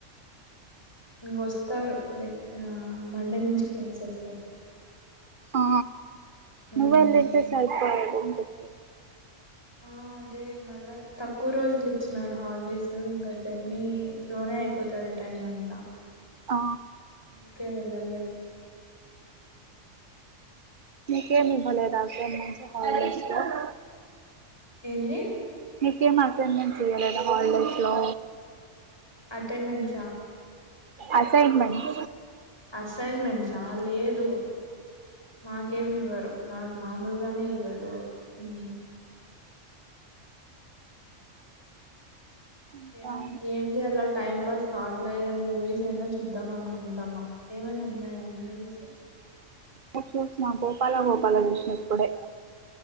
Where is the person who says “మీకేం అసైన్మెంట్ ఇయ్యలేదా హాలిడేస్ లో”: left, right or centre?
Right